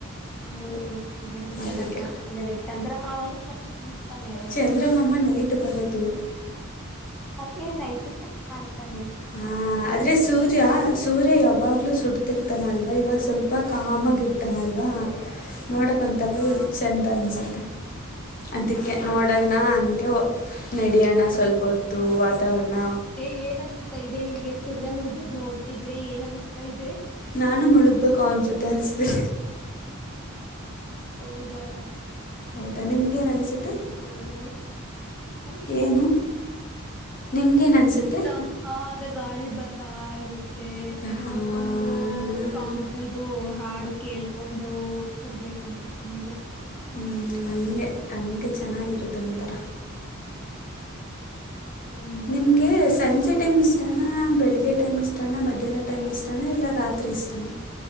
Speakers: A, in the centre; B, on the left.
A: <unintelligible> ಚೆನ್ನಾಗ್
B: ಅದಕ್ಕೆ
A: ಕಾಣಿಸ್ತಿದನೆ ಚಂದ್ರಮಾಮನು ಚೆನ್ನಾಗ್ ಕಾಣಿಸ್ತಾನೆ.
B: ಚಂದ್ರಮಾಮ ನೈಟ್ ಬರೋದು.
A: <unintelligible> ನೈಟ್ ಒಟ್ಟು ಕಾಣತಾನೆ.
B: ಆ ಆದ್ರರೆ ಸೂರ್ಯ ಸೂರ್ಯ ಯಾವಾಗಲೂ ಸುಡ್ <unintelligible> ರ್ತಾನಲ್ವ ಇವಾಗ ಸ್ವಲ್ಪ ಕಾಮಾಗಿರ್ತಾನಲ್ವ. ನೋಡಕ್ ಒಂಥರ
A: ಹಾ
B: ಚಂದ ಅನ್ಸುತ್ತೆ ಅದಕ್ಕೆ
A: ಹೌ
B: ನೋಡಕ್. ನ ಹಂಗೆ <unintelligible> ನಡಿಯನ ಸ್ವಲ್ಪ ಹೊತ್ತು ವಾತಾವರಣ.
A: <unintelligible> ಇದೆ ನಿಮ್ಗೆ ಸೂರ್ಯ ಮುಣಗೋದ್ ನೋಡ್ತಿದ್ರೆ ಏನ್ ಅನಿಸ್ತಾ ಇದೆ.
B: ನಾನು ಮುಳುಗ್ಬೇಕು ಅವನ ಜೊತೆ ಅನ್ನಿಸ್ತಿದೆ.
A: ಹೌದಾ.
B: ಹೌದಾ ನಿಮ್ಗೇನು ಅನಿಸುತ್ತೆ.
A: ಏನ್ <unintelligible> ಹ
B: ಏನು ನಿಮಗೇನ್ ಅನ್ಸುತ್ತೆ.
A: ತಂಪಾದ ಗಾಳಿ ಬರ್ತಾ ಇರುತ್ತೆ ನೋಡ್ಕೊಂಡು
B: ಹಾಂ
A: ಸಾಂಗ್ ಇದು ಹಾಡು ಕೇಳ್ಕೊಂಡು ಇರ್ಬೇಕ ಅನ್ಸುತ್ತೆ ನಂಗೆ.
B: ಹ್ಮ ಹಂಗೆ. ಹಂಗೆ ಚೆನ್ನಾಗಿರುತ್ ಒಂಥರ.
A: ಹ್ಮ್
B: ನಿಮ್ಗೆ ಸಂಜೆ ಟೈಮ್ ಟನಾ ಬೆಳಗ್ಗೆ ಟೈಮ್ ಇಷ್ಟನ ಮಧ್ಯಾಹ್ನ ಟೈಮ್ ಇಷ್ಟನ ಇಲ್ಲ ರಾತ್ರಿ ಇಷ್ಟನ.